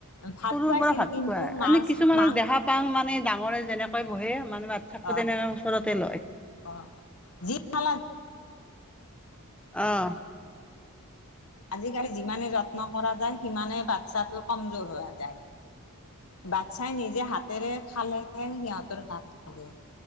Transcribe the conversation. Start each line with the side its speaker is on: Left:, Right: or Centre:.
Left: ভাত
Centre: সৰুৰ
Left: খুৱাইছিল
Centre: পৰা ভাত
Left: কিন্তু
Centre: খোৱাই,
Left: মাছ
Centre: আমি কিছুমানক
Left: মাং
Centre: দেখা পাওঁ মানে ডাঙৰে যেনেকৈ বহে, মানে বাচ্ছাকো
Left: অ'
Centre: তেনেকে ওচৰতে লয়।
Left: <inaudible>
Centre: অ
Left: আজিকালি যিমানে যত্ন কৰা যায়, সিমানে বাচ্ছাটো কমজোৰ হৈ যায়। বাচ্ছাই নিজে হাতেৰে খালেহে সিহঁতৰ গাত লাগে,